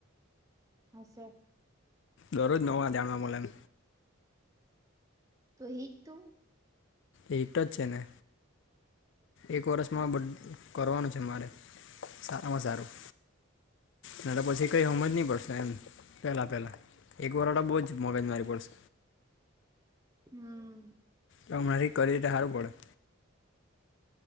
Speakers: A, on the right; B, on the left.
A: હ હશે
B: ઘરરોજ નવા જાણવા મલે એમ
A: તો હીખ તું
B: એટ જ છેને એક વર્ષમાં બદ કરવાનું છે મારે સારામાં સારું નેતો પછી કઈ હમજ નહી પડશે એમ પેલા પેલા એક વરહ તો બહુ જ મગજમારી પડશે
A: હમ
B: તો હમણાથી કરીએ તો હારું પડે.